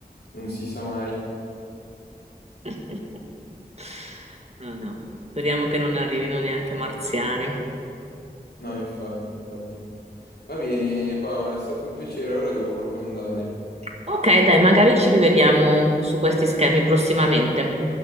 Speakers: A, on the left; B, on the right.
A: non si sa mai.
B: <laughs> No, no, speriamo che non arrivino neanche marziani.
A: No, infatti, infatti. Va bene, Paola, è stato un piacere, ora devo proprio andare.
B: Ok, dai, magari ci rivediamo su questi schemi prossimamente.